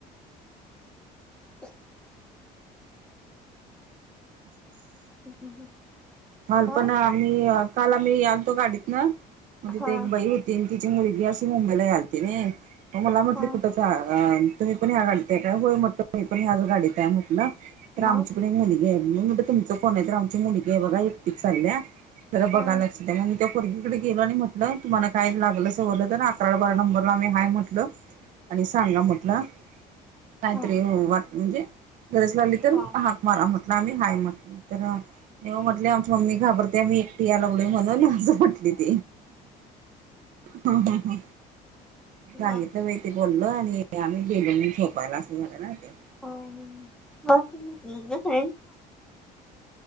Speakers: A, in the centre; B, on the right.
A: <unintelligible>
B: <unintelligible>
A: <inaudible>
B: काल
A: हा
B: पण आम्ही काल आम्ही याल तो गाडीत ना मग तिथे
A: हा
B: एक बई होती तीन तिची मुलगी असशी मुंबईला यायलती नाही म मला म्हटली
A: हा
B: कुठ तुम्ही पण ह्या गाडीत आहे होय म्हटलं मी पण ह्याच गाडीत आहे म्हटलं तर
A: मग
B: आमची पण एक मुलगी आहे मी म्हटल तुमचं कोण आहे तर आमची मुलगी आहे बघा एकटीच चालल्या जरा बघाला
A: हा
B: लक्ष दया मग मी त्या पोरगीकडं गेलो आणि म्हटलं तुम्हाला काय लागलं सवरलं तर अकरा बारा नंबरला आम्ही हाय म्हटलं. आणि सांगा म्हटलं. काहीतरी
A: हा
B: वाट म्हणजे गरज लागली तर
A: हा
B: हाक म्हटला आम्ही हाय म्हटलं, तर <unintelligible> म्हटले आमची मम्मी घाबरते मी एकटी याय लागलो म्हणून असं <unintelligible> हा हा हा. सांगितलं
A: हा
B: मी ते बोललं आणि आम्ही गेलो मी झोपायला असं झालं ना ते.
A: हो <unintelligible> <unintelligible>